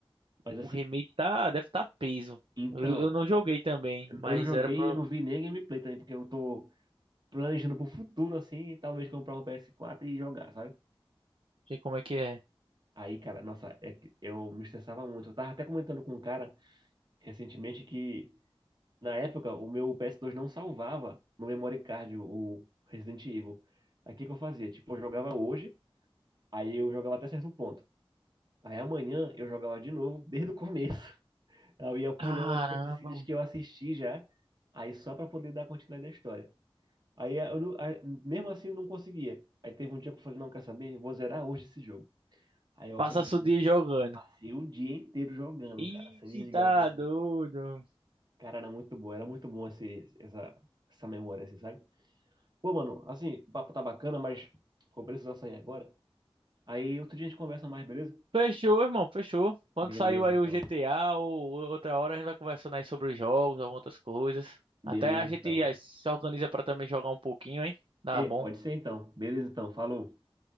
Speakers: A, on the right; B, on the right.
A: Mas assim,
B: O remake tá deve estar tá peso.
A: então,
B: Eu, eu não joguei também,
A: eu
B: mas
A: eu não joguei,
B: era pra eu
A: eu não vi nem a gameplay também, porque eu tô planejando pro futuro, assim, talvez comprar um ps quatro e jogar, sabe?
B: ver como é que é.
A: Aí, cara, nossa, é que eu me estressava muito. Eu tava até comentando com um cara recentemente que, na época, o meu ps dois não salvava no memory card o Resident Evil. Aí, o que que eu fazia? Tipo, eu jogava hoje, aí eu jogava até certo ponto. Aí, amanhã, eu jogava de novo, <laughs> desde o começo. <laughs> Eu ia pulando
B: Caramba.
A: as cutscenes
B: mano.
A: que eu assisti já, aí só pra poder dar continuidade à história. Aí eh, eu, não- aí, mesmo assim eu não conseguia. Aí teve um dia que eu falei, não, quer saber? Vou zerar hoje esse jogo. Aí eu
B: Passa
A: acordei,
B: o dia jogando.
A: passei o dia inteiro jogando,
B: Ih,
A: cara, sem desligar
B: tá
A: o PS2.
B: doido.
A: Cara, era muito bom, era muito bom esse, essa, essa memória, assim, sabe? Pô, mano, assim, o papo tá bacana, mas vou precisar sair agora. Aí outro dia a gente conversa mais, beleza?
B: Fechou, irmão, fechou. Quando
A: Beleza,
B: saiu aí
A: então.
B: o GTA ou ou outra hora, a gente vai conversando aí sobre os jogos, algumas outras coisas.
A: Beleza,
B: Até a
A: então.
B: gente eh, se organiza pra também jogar um pouquinho, hein? Tá
A: É,
B: bom.
A: pode ser então. Beleza, então. Falou.